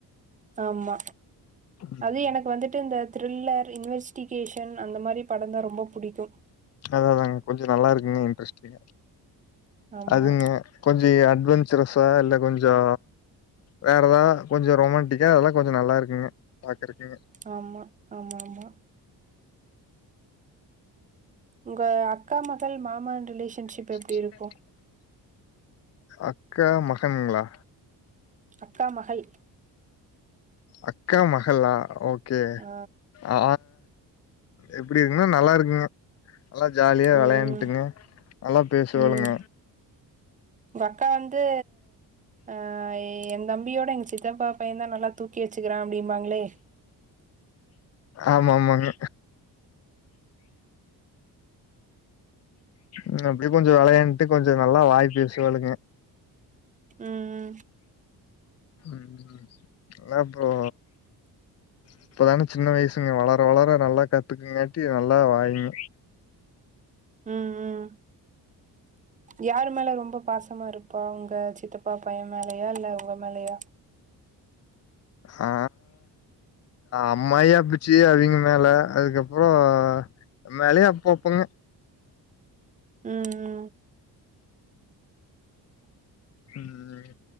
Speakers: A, on the right; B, on the left.
A: ஆமா
B: ம்.
A: அது எனக்கு வந்துட்டு இந்த த்ரில்லர் இன்வெஸ் டிகேஷன் அந்த மாரி படம் தா ரொம்ப புடிக்கு
B: அதாதாங்க கொஞ்ச நல்லா இருக்குங்க இன்ட்ரெஸ்ட்டிங்கா
A: ஆமா
B: அதுங்க கொஞ்ச அட்வெஞ்சரஸ்சா இல்ல கொஞ்சோ வேற ஏதா கொஞ்ச ரொமண்டிக்கா அதெல்லா கொஞ்ச நல்லா இருக்குங்க பாக்குறக்குங்க
A: ஆமா ஆமா ஆமா உங்க அக்கா மகள் மாமன் ரிலேஷன்ஷிப்
B: <inaudible>
A: எப்டி இருக்கு
B: அக்கா மகன்ங்ளா
A: அக்கா மகள்
B: அக்கா மகள்லா ஓகே
A: ஆ
B: ஆ எப்டி இருக்குன்னா நல்லா இருக்குங்க நல்லா ஜாலியா
A: ம்
B: விளையாண்டுங்க நல்லா பேசுவனுங்க
A: ம் உங்க அக்கா வந்து ஆ எ தம்பியோட எங்க சித்தப்பா பைய தா நல்லா தூக்கி வச்சுக்றா அப்டிம்பாங்ளே
B: ஆமா ஆமாங்க ம் அப்டி கொஞ்ச வெளையாண்ட்டு கொஞ்சோ நல்லா வாய் பேசுவாளுங்க
A: ம்ம்
B: ம் அத அப்றோ இப்பதானே சின்ன வயசுங்க வளர வளர நல்லா கத்துக்குங்கான்டி நல்லா வாயிங்க
A: ம் ம் யாரு மேல ரொம்ப பாசமா இருப்பா உங்க சித்தப்பா பைய மேலயா இல்ல உங்க மேலயா
B: ஆ அம்மாயி அப்புச்சு அவீங்க மேல அதுக்கப்றோ எ மேலேயு அப்பப்பங்க
A: ம் ம்
B: ம்